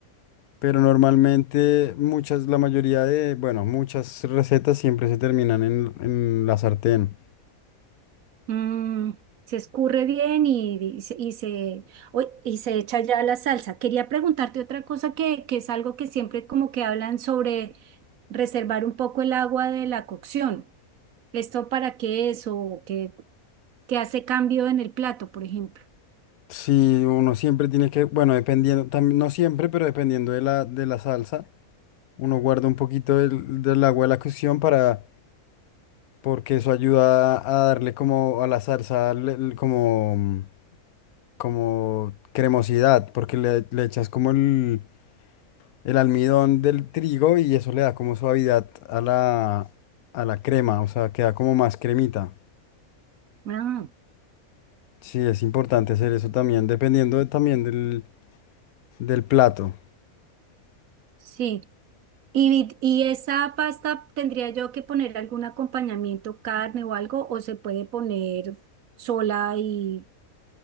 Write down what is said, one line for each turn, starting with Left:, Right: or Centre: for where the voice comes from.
Left: pero normalmente muchas, la mayoría de, bueno, muchas recetas siempre se terminan en, en la sartén.
Right: Mm, se escurre bien y, y se, y se uy, y se echa ya la salsa. Quería preguntarte otra cosa que, que es algo que siempre como que hablan sobre reservar un poco el agua de la cocción. ¿Esto para qué es o qué, qué hace cambio en el plato, por ejemplo?
Left: Si uno siempre tiene que, bueno, dependiendo, también, no siempre, pero dependiendo de la, de la salsa, uno guarda un poquito del, del agua de la cocción para, porque eso ayuda a darle como a la salsa, le- le- como... como cremosidad, porque le, le echas como el, el almidón del trigo y eso le da como suavidad a la, a la crema, o sea, queda como más cremita.
Right: Ah,
Left: Sí, es importante hacer eso también, dependiendo de- también del, del plato.
Right: sí. ¿Y, y esa pasta tendría yo que poner algún acompañamiento, carne o algo, o se puede poner sola y